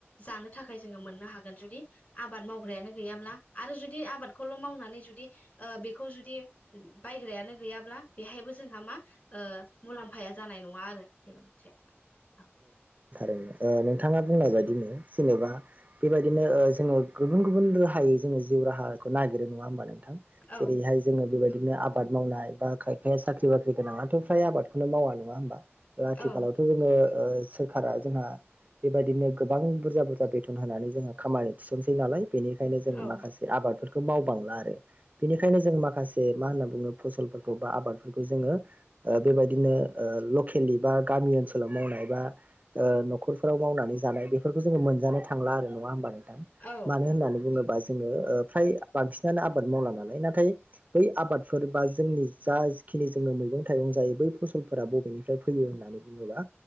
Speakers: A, on the left; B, on the right.
A: जानो थाखाय जोङो मोननो हागोन जुदि आबाद मावग्रायानो गैयाब्ला आरो जुदि आबादखौल' मावनानै जुदि बेखौ जुदि बायग्रायानो गैयाब्ला बेहायबो जोंहा मा मुलाम्फाया जानाय नङा आरो बेबो मोनसे औ
B: नोंथाङा बुंनाय बायदिनो जेनेबा बेबायदिनो जोङो गुबुन गुबुन राहायै जोङो जिउ राहाखौ नागिरो नङा होमबा नोंथां
A: औ
B: जेरैहाय जोङो बेबायदिनो आबाद मावनाय बा खाय फाया साख्रि बाख्रि गोनाङथ' फ्राय आबादखौनो मावा नङा होनोमबा? आथिखालावथ'
A: औ
B: जोङो ओ सोरखारा जोंहा बेबायदिनो गोबां बुरजा बुरजा बे बेथोन होनानै जोंहा खामानि थिसनसै नालाय बेनिखायनो जों
A: औ
B: माखासे आबादफोर खौ मावबांला आरो बेनिखायनो जों माखासे मा होनना बुङो फसलफोरखौ बा आबादफोरखौ जोङो ओ बेबायदिनो ओ लकेलि बा गामि ओनसोलाव मावनाय बा ओ न'खरफोराव मावनानै जानाय बेफोरखौ जोङो मोनजानाय थांला आरो नङा होमबा नों थां।
A: औ
B: मानो होननानै बुङोबा जोङो ओ फ्राय बांसिनानो आबाद मावला नालाय नाथाय बै आबादफोर बा जोंनि जा खिनि जोङो मैगं थाइगं जायो बै फसलफोरा बबेनिफ्राय फैयो होननानै बुङोबा